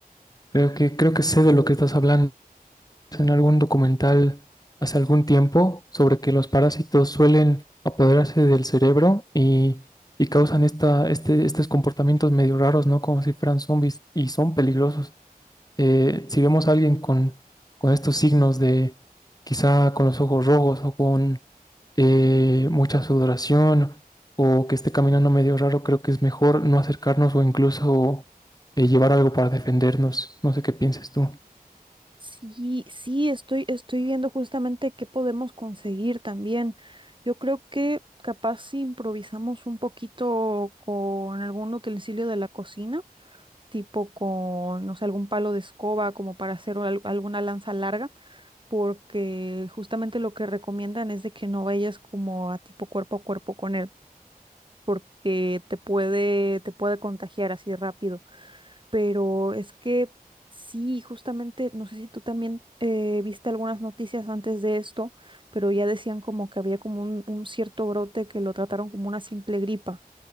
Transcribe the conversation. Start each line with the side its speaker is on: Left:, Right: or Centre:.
Left: Creo que, creo que sé de lo que estás hablando. en algún documental hace algún tiempo sobre que los parásitos suelen apoderarse del cerebro y, y causan esta, este, estos comportamientos medio raros, ¿no? Como si fueran zombies y son peligrosos. Eh, si vemos a alguien con, con estos signos de quizá con los ojos rojos o con eh, mucha sudoración o que esté caminando medio raro, creo que es mejor no acercarnos o incluso eh, llevar algo para defendernos. No sé qué pienses tú.
Right: Sí, sí, estoy, estoy viendo justamente qué podemos conseguir también. Yo creo que capaz si improvisamos un poquito con algún utensilio de la cocina, tipo con, no sé, algún palo de escoba como para hacer al- alguna lanza larga porque justamente lo que recomiendan es de que no vayas como a tipo cuerpo a cuerpo con él, porque te puede, te puede contagiar así rápido. Pero es que sí, justamente, no sé si tú también eh, viste algunas noticias antes de esto, pero ya decían como que había como un, un cierto brote que lo trataron como una simple gripa.